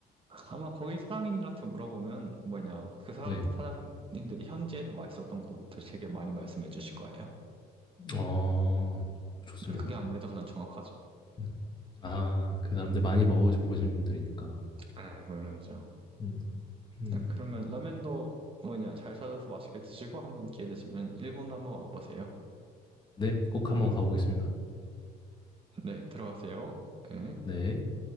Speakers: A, on the right; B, on the left.
A: 아마 거기 사장님들한테 물어보면 뭐냐, 그 사람,
B: 네.
A: 사장님들이 현지에서 맛있었던 곳들 되게 많이 말씀해 주실 거예요.
B: 어, 좋습니다.
A: 그게 아무래도 가장 정확하죠.
B: 음. 아, 그 사람들 많이 먹어보신 분들이니까.
A: 네, 물론이죠.
B: 음, 음.
A: 네, 그러면 라면도 뭐냐, 잘 찾아서 맛있게 드시고 한번 기회 되시면 일본도 한번 와보세요.
B: 네, 꼭 한번 가보겠습니다.
A: 네, 들어가세요. 네.
B: 네.